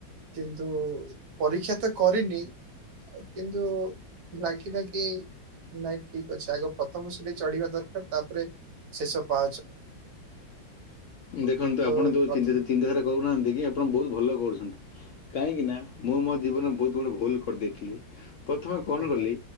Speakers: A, on the right; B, on the left.
A: କିନ୍ତୁ ପରୀକ୍ଷା ତ କରିନି, କିନ୍ତୁ ଲାଗିଲା କି ନାଇଁ ଠିକ ଅଛି, ଆଗ ପ୍ରଥମ ସିଡି ଚଢିବା ଦରକାର ତାପରେ ଶେଷ ପା
B: ଦେଖନ୍ତୁ
A: ତ
B: ଆପଣ ତୋ
A: ପ୍ରଥମ
B: ଚିନ୍ଦା ଚିନ୍ତାଧାରା କରୁନାହାନ୍ତି କି ଆପଣ ବହୁତ ଭଲ କରୁଛନ୍ତି। କାହିଁକି ନା, ମୁଁ ମୋ ଜୀବନରେ ବହୁତ ଗୁଡ଼େ ଭୁଲ କରିଦେଇଥିଲି। ପ୍ରଥମ କଣ
A: ଆଜ୍ଞା
B: କଲି